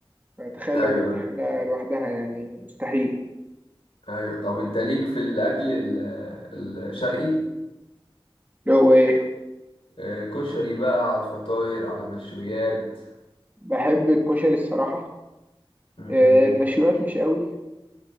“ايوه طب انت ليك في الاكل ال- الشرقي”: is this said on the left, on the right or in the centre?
Left